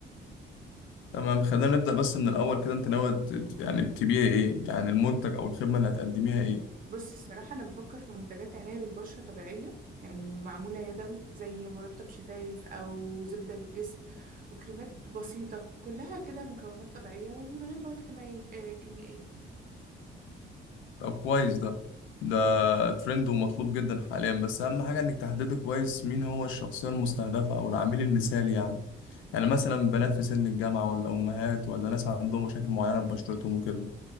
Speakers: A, on the left; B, on the right.
A: تمام خلينا نبدأ بس من الأول كده أنت ناوي ت- ت- يعني تبيع إيه؟ يعني المنتج أو الخدمة اللي هتقدميها إيه؟
B: بص الصراحة أنا بفكر في منتجات عناية بالبشرة طبيعية يعني معمولة يدوي زي مرطب شفايف أو زبدة للجسم وكريمات بسيطة كلها كده مكونات طبيعية ومن غير مواد كيميائية آه، كيميائية
A: طب كويس ده ده ترند ومطلوب جدا حاليا بس أهم حاجة إنك تحددي كويس مين هو الشخصية المستهدفة أو العميل المثالي يعني يعني مثلا بنات في سن الجامعة ولا أمهات ولا ناس عندهم مشاكل معينة ببشرتهم وكده